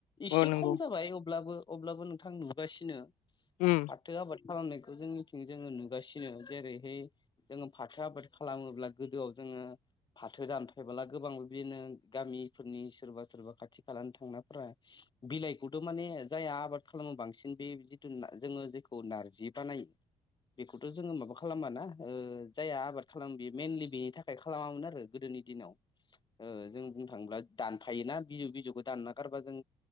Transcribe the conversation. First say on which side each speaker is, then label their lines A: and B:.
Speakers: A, on the left; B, on the left.
A: एसे
B: औ नंगौ
A: खम जाबाय अब्लाबो अब्लाबो नोंथां नुगासिनो
B: उम।
A: फाथो आबाद खालामनायखौ जोंनिथिं जोङो नुगासिनो जेरैहाय जोङो फाथो आबाद खालामोब्ला गोदोआव जोङो फाथो दानफायबोला गोबां बिदिनो गामिफोरनि सोरबा सोरबा खाथि खालानि थांनाफोरा बिलाइखौथ' माने जायहा आबाद खालामो बांसिन बे जिथु जोङो जेखौ नारजि बानायो। बेखौथ' जोङो माबा खालामाना जायहा आबाद खालामो बेयो मेनलि बेनि थाखाय फाय खालामामोन आरो गोदोनि दिनाव ओ जों बुंनो थाङोब्ला दानफायोना बिजौ बिजौखौ दानना गारबा जों